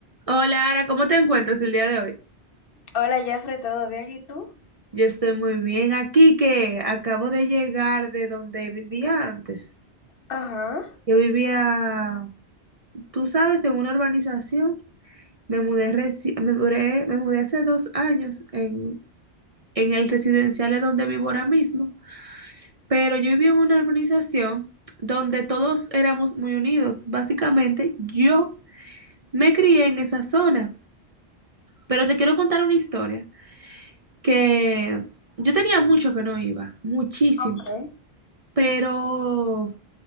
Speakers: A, on the right; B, on the left.
A: Hola, Ara, ¿cómo te encuentras el día de hoy?
B: Hola, Jeffrey, ¿todo bien? ¿Y tú?
A: Yo estoy muy bien aquí, que acabo de llegar de donde vivía antes.
B: Ajá,
A: Yo vivía, tú sabes, en una urbanización. Me mudé, reci- me mudé, me mudé hace dos años en, en el residencial de donde vivo ahora mismo. Pero yo vivía en una urbanización donde todos éramos muy unidos. Básicamente, yo me crié en esa zona. Pero te quiero contar una historia. que yo tenía mucho que no iba, muchísimo,
B: ok.
A: pero